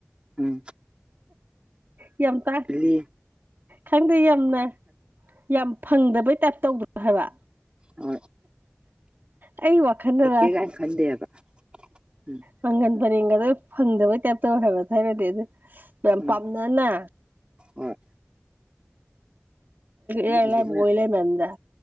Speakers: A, on the right; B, on the right.
A: ꯎꯝ
B: ꯌꯥꯝ ꯇꯥꯡ
A: ꯏ
B: ꯈꯪꯗꯦ ꯌꯥꯝꯅ ꯌꯥꯝ ꯐꯪꯗꯕꯩ ꯇꯥꯏꯞ ꯇꯧꯗ꯭ꯔꯣ ꯍꯥꯏꯕ
A: ꯍ
B: ꯑꯩ ꯋꯥꯈꯜꯗꯔ
A: ꯍꯦꯒ ꯈꯗꯦꯑꯕ ꯎꯝ
B: ꯄꯪꯒꯟ ꯄꯔꯦꯡꯒ ꯑꯗꯨ ꯐꯪꯗꯕꯩ ꯇꯥꯏꯞꯇꯧ ꯑꯣꯏ ꯍꯥꯏꯕ ꯊ ꯍꯥꯏꯔꯗꯤ ꯑꯗꯨ ꯌꯥꯝ
A: ꯎꯝ
B: ꯄꯥꯝꯅꯅ
A: ꯍꯣꯏ ꯑꯗ
B: ꯂ
A: ꯍꯧꯖꯤꯛꯅ
B: ꯑꯣꯏꯂ ꯃꯗ